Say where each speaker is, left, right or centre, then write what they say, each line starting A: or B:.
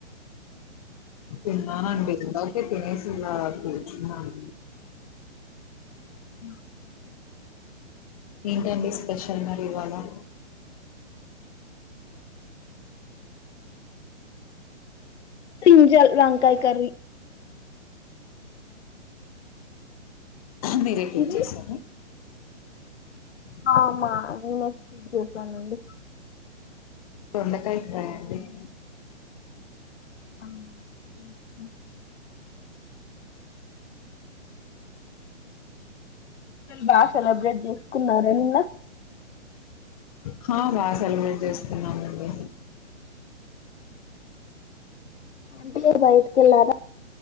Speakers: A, on the left; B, on the left.
A: అ తిన్నానండి ఇందాకే తినేసి ఇలా తిన్నామ్
B: <unintelligible>
A: ఏంటండి స్పెషల్ మరి ఇవాలా
B: బ్రింజల్ వంకాయ కర్రీ
A: మీరే ఎమ్ కుక్
B: మీది
A: చేసారు
B: ఆ మా <unintelligible> అండి
A: బెండకాయ ట్రాయాంగిల్
B: అ <inaudible> <unintelligible> బాత్ సెలబ్రేట్ చేసుకున్నారా నిన్న
A: హా బాగా సెలబ్రేట్ చేసుకున్నామండి
B: అంటే బయటికి వెళ్ళారా